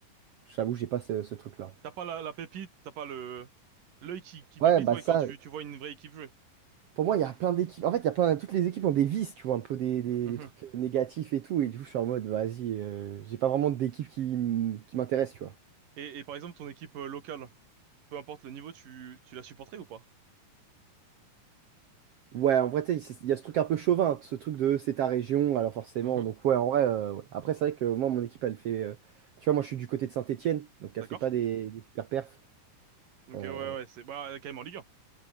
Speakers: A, on the right; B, on the right.
A: j'avoue, j'ai pas ce, ce truc-là.
B: T'as pas la, la pépite, t'as pas le l'œil qui, qui
A: Ouais,
B: pépite
A: bah
B: ouais
A: ça,
B: quand tu, tu vois une vraie équipe jouer.
A: pour moi, il y a plein d'équipes. En fait, il y a plein, toutes les équipes ont des vices, tu vois, un peu des, des-
B: Mhm,
A: des trucs négatifs et tout. Et du coup, je suis en mode, vas-y, euh, j'ai pas vraiment d'équipe qui, m- qui m'intéresse, tu vois.
B: Et, et par exemple ton équipe euh, locale, peu importe le niveau, tu, tu la supporterais ou pas?
A: Ouais, en vrai, tu sais, c'est- il y a ce truc un peu chauvin, ce truc de c'est ta région, alors forcément.
B: mhm.
A: Donc, ouais, en vrai, euh, ouais. Après, c'est vrai que moi, mon équipe, elle fait. euh, tu vois, moi, je suis du côté de Saint-Étienne, donc
B: D'accord?
A: elle fait pas des, des super perfs.
B: Donc
A: Euh,
B: euh, ouais ouais c'est bah euh, quand même en Ligue 1.